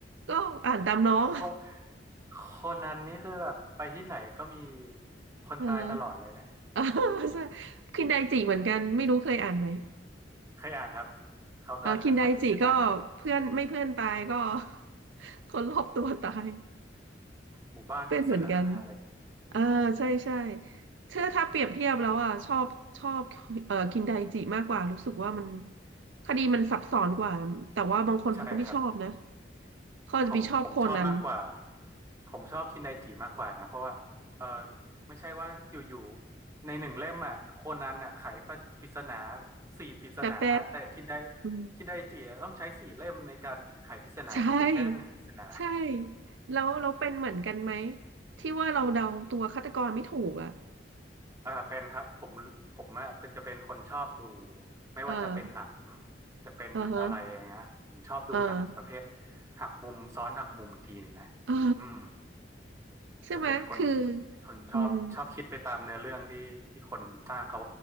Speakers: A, on the right; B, on the right.
A: ก็อ่านตามน้อง
B: โคโคนันนี่คือแบบไปที่ไหนก็มีคนตายตลอดเลยนะ
A: เออ <laughs> เออใช่คินไดจิเหมือนกันไม่รู้เคยอ่านไหม
B: เคยอ่านครับเขาก็จะไขปริศนา
A: เออคินไดจิก็เพื่อนไม่เพื่อนตายก็ <laughs> คนรอบตัวตาย
B: หมู่บ้านปริศนาอะไรอย่างนี้อืม
A: เป็นเหมือนกันเออใช่ใช่เชื่อถ้าเปรียบเทียบแล้วอ่ะชอบชอบเออคินไดจิมากกว่ารู้สึกว่ามันคดีมันซับซ้อนกว่าแต่ว่าบางคนเขาก็ไม่ชอบนะ
B: ใช่ครับ
A: เขาอาจจะไปชอบโคนัน
B: ผมผมชอบมากกว่าผมชอบคินไดจิมากกว่านะเพราะว่าเออไม่ใช่ว่าอยู่ๆในหนึ่งเล่มอ่ะโคนันอ่ะไขปริศนาสี่ปริศนาแต่คินได
A: แป๊บแป๊บอืม
B: คินไดจิอะต้องใช้สี่เล่มในการไขปริศนาเพียงแค่หนึ่งปริศนา
A: ใช่ใช่แล้วเราเป็นเหมือนกันไหมที่ว่าเราเดาตัวฆาตกรไม่ถูกอ่ะ
B: เออเป็นครับผมผมอะจะเป็นคนชอบดูไม่ว่าจะเป็นหนัง
A: เออ
B: จะเป็นอะไรอย่างเงี้ยผมชอบดูหนังประเภท
A: เออฮะเออ
B: หักมุมซ้อนหักมุมอีกทีหนึ่งนะ
A: เออ
B: อืม
A: ใช่ไหมคือ
B: จะเป็นคนคนชอบชอบคิดไปตามเนื้อเรื่องที่ที่คนสร้างเขา
A: อืม